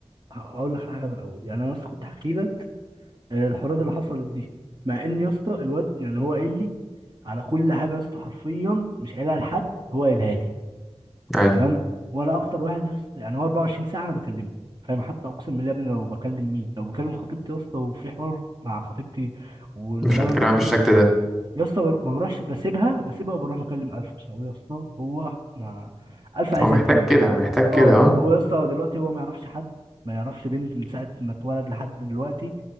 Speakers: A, on the right (about 40°); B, in the centre.
A: هقول لك على حاجه من الاول يعني انا اصلا كنت احكي لك آه، الحوارات اللي حصلت دي مع ان يا اسطى الواد يعني هو قايل لي على كل حاجه يا اسطى حرفيا مش قايلها لحد هو قايلها لي
B: أيوه
A: تمام وانا اكتر واحد يا اسطى يعني هو 24 ساعه انا بكلمه فاهم حتى اقسم بالله يا ابني لو بكلم مين لو بكلم خطيبتي يا اسطى وفي حوار مع خطيبتي واللي
B: مش هتكلم
A: انا المفروض
B: بالشكل
A: ما
B: ده
A: يا اسطى بر- ما بروحش بسيبها بسيبها وبروح مكلم الف عشان هو يا اسطى هو ما الف عايز
B: هو محتاج
A: اهتمام
B: كده
A: اه
B: محتاج كده
A: اه
B: أه
A: هو يا اسطى دلوقتي هو ما يعرفش حد ما يعرفش بنت من ساعه ما اتولد لحد دلوقتي